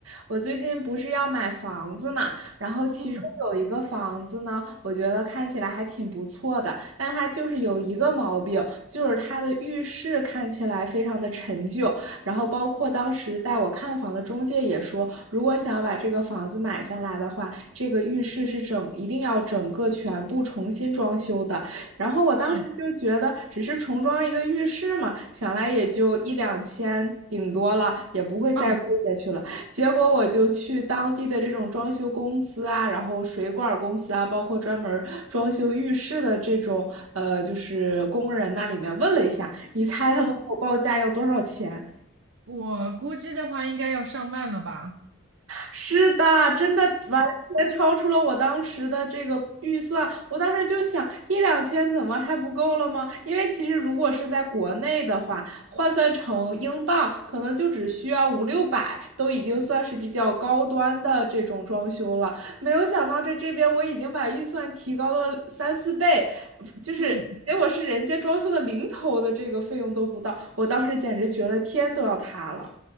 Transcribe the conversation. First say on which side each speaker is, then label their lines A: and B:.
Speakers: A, on the right; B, on the right.
A: 我最近不是要买房子嘛，然后其中有一个房子呢，
B: 嗯
A: 我觉得看起来还挺不错的，但它就是有一个毛病，就是它的浴室看起来非常的陈旧，然后包括当时带我看房的中介也说，如果想要把这个房子买下来的话，这个浴室是整一定要整个全部重新装修的。然后我当时就觉得，
B: 嗯
A: 只是重装一个浴室嘛，想来也就一两千顶多了，也不会再贵下去了。
B: 啊
A: 结果我就去当地的这种装修公司啊，然后水管公司啊，包括专门装修浴室的这种呃，就是工人那里面问了一下，你猜他们给我报价要多少钱？
B: 嗯，我估计的话应该要上万了吧？
A: 是的，真的完全超出了我当时的这个预算。我当时就想，一两千怎么还不够了吗？因为其实如果是在国内的话，换算成英镑，可能就只需要五六百，都已经算是比较高端的这种装修了。没有想到在这边我已经把预算提高了三四倍，就是结果是人家装修的零头的这个费用都不到，
B: 嗯。
A: 我当时简直觉得天都要塌了。